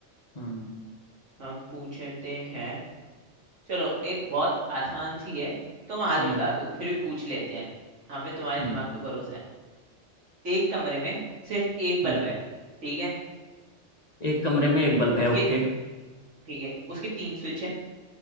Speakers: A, on the left; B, on the right.
A: हम्म
B: हम पूछते हैं चलो एक बहुत आसान सी है तुम हाल
A: हम्म
B: बता दो फिर भी पूछ लेते हैं हमें तुम्हारे
A: हम्म
B: दिमाग पे भरोसा है एक कमरे में सिर्फ एक बल्ब
A: हम्म।
B: है ठीक है
A: एक कमरे में एक बल्ब
B: उसके
A: है ओके
B: ठीक है उसके तीन स्विच है